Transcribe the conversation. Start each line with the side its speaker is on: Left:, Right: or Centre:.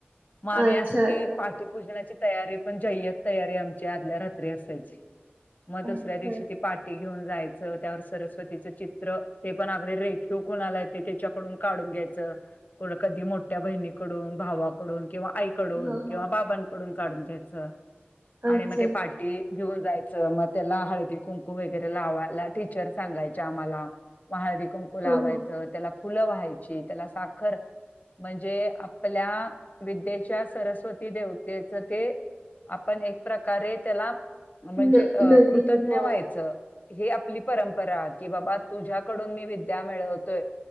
Left: मग
Right: अच्छा
Left: आम्ही असती.
Right: अच्छा
Left: पूजनाची तयारी पण, जय्यत तयारी आमची आदल्या रात्री असायची. मग
Right: अच्छा
Left: दुसऱ्या दिवशी ती पाठ घेऊन जायचं. त्यावर सरस्वतीच चित्र ते, पण अगदी रेखिव कोणाला येत. ते तेच्याकडून काढून घ्यायचं, कोन कधी मोठ्या बहिणीकडून भावाकडून किंवा, आईकडून
Right: हा
Left: किंवा
Right: हा
Left: बाबांनकडून काढून घ्यायचं, आणि
Right: अच्छा
Left: मग ते पाठी‌ घेऊन जाय चं मग त्याला हळदी कुंकू वगैरे, लावायला टीचर सांगायचे आम्हाला. मग हळदी कुं कू लावायचं,
Right: हा हा
Left: त्याला फुलं व्हायची. त्याला साखर म्हणजे, आपल्या विद्येच्या सरस्वती देवतेच ते, आपण एक प्रकारे त्याला म्हणजे
Right: न
Left: अ-
Right: नवीन
Left: कृतज्ञ
Right: हा
Left: व्हायचं. ही आपली परंपरा की, बाबा तुझ्याकडून मी विद्या मिळवतोय.